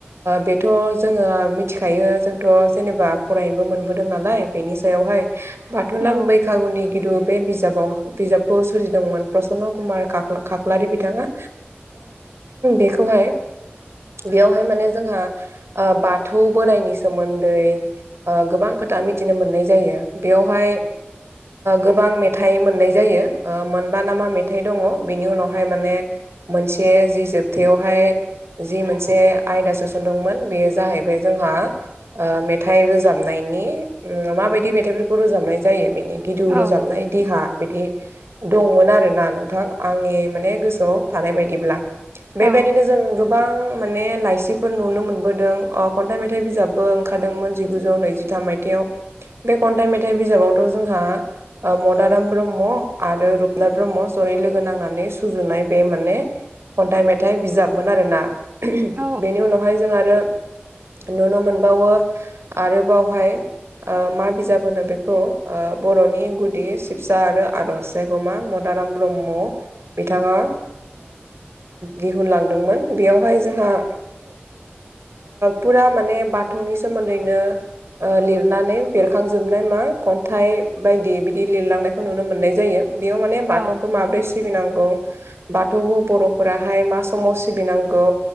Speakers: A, on the right; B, on the right.
A: बेथ' जोङो मिथिखायो जोंथ' जेनेबा फरायनोबो मोनबोदों नालाय बेनि सायावहाय बाथोनाम
B: औ
A: बैखागुनि गिदु बे बिजाबाव बिजाबखौ सोरजिदोंमोन। प्रसन्न कुमार खाख्लारि बिथाङा बेखौहाय बेयावहाय माने जोंहा बाथौ बोराइनि सोमोन्दै गोबां खोथा मिथिनो मोननाय जायो बेयावहाय गोबां मेथाइ मोननाय जायो। मा ना मा मेथाइ दङ बेनि उनावहाय माने मोनसे जि जोबथायावहाय जि मोनसे आयदा सोसनदोंमोन बेयो जाहैबाय जोंहा मेथाइ रोजाबनायनि माबायदि मेथाइफोरखौ रोजाबनाय जायो बेनि गिदु
B: औ
A: रोजाबनाय देहा बिदि दंमोन आरोना नोंथां आंनि माने गोसोआव थानाय बायदिब्ला बेबायदिनो
B: औ
A: जों गोबांय माने लाइसिफोर नुनो मोनबोदों खन्थाइ मेथाइ बिजाबबो ओंखारदोंमोन जिगुजौ नैजिथाम मायथाइयाव बे खन्थाइ मेथाइ बिजाबावथ' जोंहा मदाराम ब्रह्म आरो रुपनाथ ब्रह्म जयै लोगो नांनानै सुजुनाय बे माने खन्थाइ मेथाइ बिजाबमोन आरोना
B: औ
A: बेनि उनावहाय जों आरो नुनो मोनबावो आरोबावहाय मा बिजाब होनो बेखौ बर'नि गुदि सिबसा आरो आरज मदाराम ब्रह्म बिथाङा दिहुनलांदोंमोन बेयावहाय जोंहा फुरा माने बाथौनि सोमोन्दैनो लिरनानै बेरखांजोबनाय मा खन्थाइ बायदि बिदि लिरलांनायखौ नुनो मोननाय जायो। बेयाव माने बाथौखौ
B: औ
A: माब्रै सिबिनांगौ बाथौखौ बर'फोराहाय मा समाव सिबिनांगौ